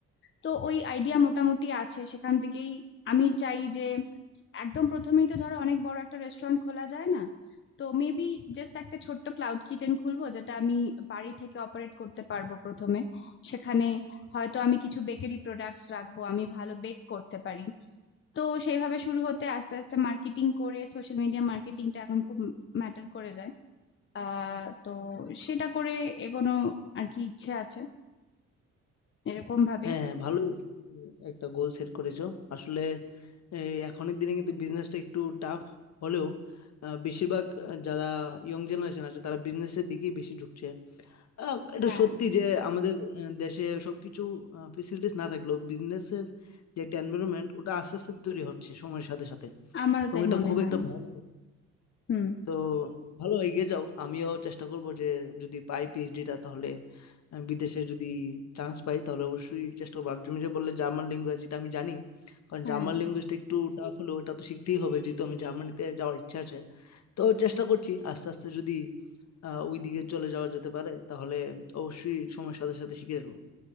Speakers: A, on the left; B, on the left.
A: তো ওই আইডিয়া মোটামুটি আছে সেখান থেকেই আমি চাই যে একদম প্রথমেই তো ধরো অনেক বড় একটা রেস্টুরেন্ট খোলা যায় না তো মেবি জাস্ট একটা ছোট্ট ক্লাউড কিচেন খুলবো যেটা আমি বাড়ি থেকে অপারেট করতে পারবো প্রথমে সেখানে হয়তো আমি কিছু বেকারি প্রোডাক্টস রাখবো আমি ভালো বেক করতে পারি তো সেইভাবে শুরু হতে আস্তে আস্তে মার্কেটিং করে সোশ্যাল মিডিয়া মার্কেটিংটা এখন খুব ম্যাটার করে যায় আহ তো সেটা করে এগোনো আর কি ইচ্ছে আছে এরকম ভাবেই
B: হ্যাঁ হ্যাঁ ভালোই উম, একটা গোল সেট করেছো আসলে এই এখনের দিনে কিন্তু বিজনেসটা একটু টাফ হলেও আহ, বেশিরভাগ আহ, যারা ইয়ং জেনারেশন আছে তারা বিজনেসের দিকেই বেশি ঝুঁকছে আহ, এটা
A: হ্যাঁ
B: সত্যি যে আমাদের আহ, দেশে সবকিছু ফেসিলিটিস না থাকলেও বিজনেসের যে একটা এনভায়রনমেন্ট ওটা আস্তে আস্তে তৈরি হচ্ছে সময়ের সাথে সাথে
A: আমারও
B: এবং
A: তাই
B: এটা
A: মনে
B: খুব
A: হয়
B: একটা ভালো
A: হুম
B: তো ভালো এগিয়ে যাও আমিও চেষ্টা করব যে যদি পাই পিএইচডিটা তাহলে আহ, বিদেশে যদি চান্স পাই তাহলে অবশ্যই চেষ্টা করবো আর তুমি যে বললে জার্মান ল্যাঙ্গুয়েজ এটা আমি জানি কারণ
A: হ্যাঁ
B: জার্মান ল্যাঙ্গুয়েজটা একটু টাফ হলেও এটা তো শিখতেই হবে যেহেতু আমি জার্মানিতে যাওয়ার ইচ্ছা আছে তো চেষ্টা করছি আস্তে আস্তে যদি আহ ওই দিকে চলে যাওয়া যেতে পারে তাহলে অবশ্যই সময়ের সাথে সাথে শিখে যাবো